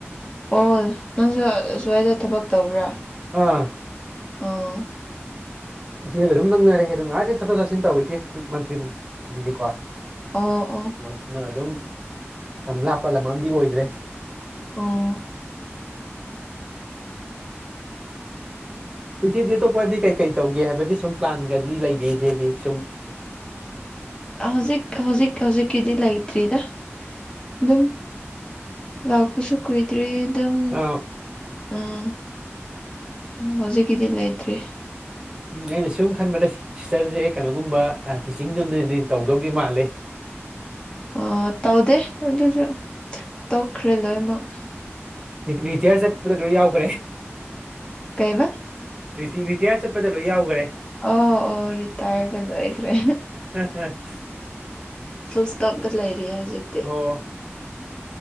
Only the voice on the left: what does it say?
ꯑꯣ ꯅꯪꯁꯨ ꯑꯁ꯭ꯋꯥꯏꯗ ꯊꯕꯛ ꯇꯧꯕ꯭ꯔꯥ
ꯑꯣ
ꯑꯣ ꯑꯣ
ꯑꯣ
ꯎ ꯍꯧꯖꯤꯛ ꯍꯧꯖꯤꯛ ꯍꯧꯖꯤꯛꯒꯤꯗꯤ ꯂꯩꯇ꯭ꯔꯤꯗ ꯑꯗꯨꯝ ꯂꯥꯛꯄꯁꯨ ꯀꯨꯏꯗ꯭ꯔꯤ ꯑꯗꯨꯝ
ꯑꯝ ꯍꯧꯖꯤꯛꯒꯤꯗꯤ ꯂꯩꯗ꯭ꯔꯤ
ꯑ ꯇꯧꯗꯦ ꯑꯗꯨꯁꯨ ꯇꯣꯛꯈ꯭ꯔꯦ ꯂꯣꯏꯅꯃꯛ
ꯀꯩꯕ
ꯑꯣ ꯑꯣ ꯔꯤꯇꯥꯥꯏꯔꯗ ꯂꯣꯏꯈ꯭ꯔꯦ
ꯐꯨꯜ ꯁꯇꯣꯞꯇ ꯂꯩꯔꯤꯌꯦ ꯍꯧꯖꯤꯛ